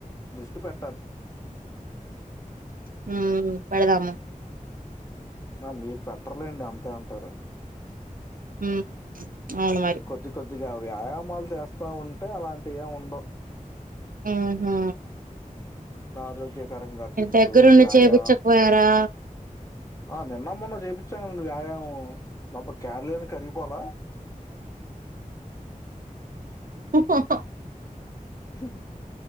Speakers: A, on the left; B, on the right.
A: దృష్టి పెట్టాలి
B: హమ్ పెడదము
A: ఆ మీరు పెట్టర్లేండి అంతే అంటారు
B: మ్ అవును మరి
A: కొద్ది కొద్దిగా వ్యాయామాలు చేస్తా ఉంటే అలాంటి ఏం ఉండవ్
B: మ్ హు
A: ఆరోగ్యకరంగా తింటూ
B: దగ్గరుండి
A: వ్యాయామ్
B: చేపిచ్చకపోయారా
A: ఆ నిన్నమ్ మొన్న చేపిచాం కదండి వ్యాయామం డబ్బా కేరలేమి కరిగిపోల
B: హహహ
A: హమ్